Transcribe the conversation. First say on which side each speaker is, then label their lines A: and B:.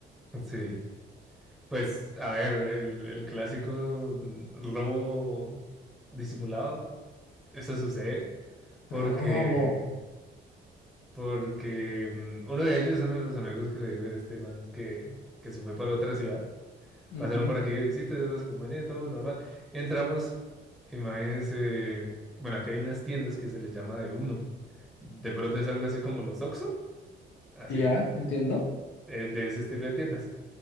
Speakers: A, in the centre; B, on the left.
A: Sí, pues a ver, el, el clásico mm, robo disimulado, eso sucede porque
B: Robo.
A: Porque mm, uno de ellos, uno de los amigos que le digo, este man que, que se fue para otra ciudad,
B: Ujú.
A: pasaron por aquí de visita, yo los acompañé, todo normal. Y entramos, imagínense, bueno, aquí hay unas tiendas que se les llama de uno. De pronto es algo así como los Oxxo, así,
B: Y Ya, entiendo.
A: eh, de ese estilo de tiendas.